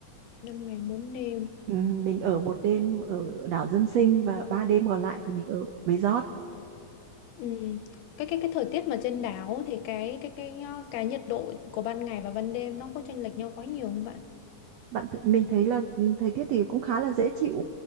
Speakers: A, on the left; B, on the right.
A: năm ngày 4 đêm
B: ừ, mình ở một đêm ở đảo dân sinh và ba đêm còn lại thì mình ở resort
A: Ừm, cái cái cái thời tiết mà trên đảo thì cái cái cái cái nhiệt độ của ban ngày và ban đêm nó có chênh lệch nhau quá nhiều không bạn
B: bạn th mình thấy là ừ, thời tiết thì cũng khá là dễ chịu